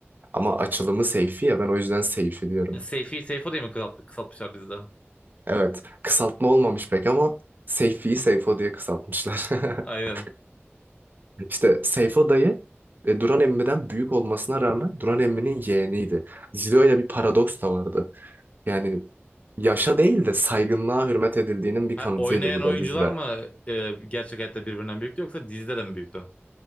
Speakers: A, on the right; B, on the left.
A: Ama açılımı Seyfi ya ben o yüzden Seyfi diyorum.
B: E, Seyfi, Seyfo diye mi kısalt- kısaltmışlar dizide?
A: Evet, kısaltma olmamış pek ama Seyfi'yi Seyfo diye kısaltmışlar.
B: Aynen.
A: <laughs> İşte Seyfo dayı e, Duran Emmi'den büyük olmasına rağmen Duran Emmi'nin yeğeniydi. Dizide öyle bir paradoks da vardı. Yani yaşa değil de saygınlığa hürmet edildiğinin bir
B: Ha,
A: kanıtıydı
B: oynayan
A: bu
B: oyuncular
A: da dizide.
B: mı e, gerçek hayatta birbirinden büyüktü yoksa dizide de mi büyüktü?